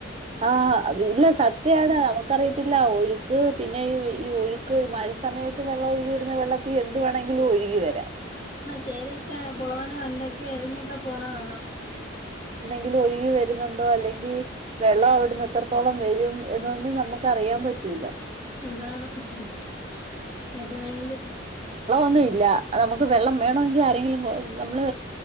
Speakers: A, on the right; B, on the left.
A: ആഹ് <unintelligible> ഇല്ല സത്യാണ് നമുക്കറിയത്തില്ല ഒഴുക്ക് പിന്നെ ഈ <unintelligible> ഒഴ് മഴസമയത് വെള്ളം ഒഴുകി വരുന്ന വെള്ളത്തി എന്ത് വേണ ലും ഒഴികി വെരാം
B: ചേരക്കെ പൊളവനോ എന്തൊക്കെ എഴഞ്ഞൊക്കെ പോണ കാണം
A: ലും ഒഴുകി വരുന്നുണ്ടോ അല്ലെങ്കി വെള്ളം അവിടുന്നു എത്രത്തോളം വെരും എന്നൊന്നും നമ്മക്ക് അറിയാം പറ്റൂല്ല
B: അതാണ് ഹ് ഹ് ഹ് അതുകൊണ്ട്
A: വെള്ളമില്ല നമുക്ക് വെള്ളം വേണോങ്കി- ആരെങ്കിലു നമ്മള്